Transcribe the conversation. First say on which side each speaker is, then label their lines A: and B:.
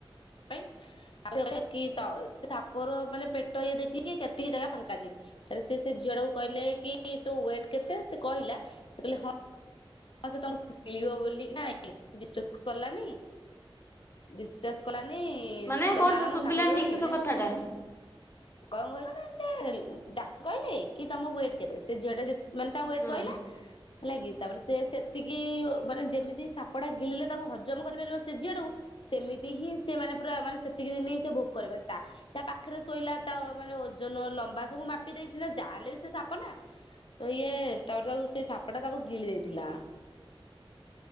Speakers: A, on the left; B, on the left.
A: ପାଇଁାଇ <unintelligible> ଆଉହିଲ କି ସେ ସାପର ମାନେ ପେଟ ଇଏ ଦେଖିକି କେତିକି ଜାଗା ଫାଙ୍କା ଅଛି। ହେଲେ ସେ ଝିଅଟାକୁ କହିଲେ କି ତୋ ୱେଟ୍ କେତେ ସେ କହିଲା ସେ କହିଲେ ମ ଗିଳିବ ବୋଲି ନା ବିଶ୍ଵାସ କଲାନି ବିଶ୍ଵାସ କଲାନି
B: ମାନେ
A: କହିଲା
B: କଣଟା
A: ନା ନା ମୁଁ
B: ଶୁଭିଲାନି
A: ସାପାରିବାନି
B: ଠିକ୍ ସେ ତୋ
A: ଏ
B: କଥାଟା।
A: କଣ କହିବ ନା ସେ ଡାକ୍ କହିଲେ କି ତମ ୱେଟ୍ କେତେ ସେ ଝିଅଟା ଯେ ମାନେ ତା ୱେଟ୍
B: ହଁ।
A: କହିଲା ହେଲା କି ତାପରେ ସେ ସେତିକି ମାନେ ଯେମିତି ସାପଟା ଗିଳିଲେ ତାକୁ ହଜମ କରିପାରିବ ସେ ଝିଅଟାକୁ ସେମିତି ହିଁ ସେ ମନେ ପୁରା ମାନେ ସେତିକି ଦିନ ହିଁ ସେ ଭୋଗ କରିବେନି ତା ତା ପାଖରେ ଶୋଇଲା ତା ମାନେ ଓଜନ ଲମ୍ବା ସବୁ ମାପି ଦେଇଛି ନା ଯାହାହେଲେ ବି ସେ ସାପ ନା ତ ଇଏ ତାପରେ ତାକୁ ସେ ସାପ ଟା ତାକୁ ଗିଳି ଦେଇଛି। ଥିଲା